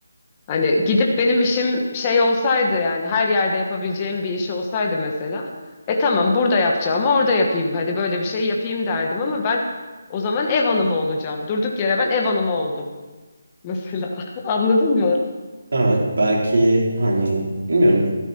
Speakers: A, on the left (about 20°); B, on the right (about 70°).
A: Hani gidip benim işim şey olsaydı yani her yerde yapabileceğim bir iş olsaydı mesela. E tamam burada yapacağım orada yapayım. Hadi böyle bir şey yapayım derdim ama ben o zaman ev hanımı olacağım. Durduk yere ben ev hanımı oldum mesela. <laughs> Anladın mı?
B: Evet belki hani bilmiyorum.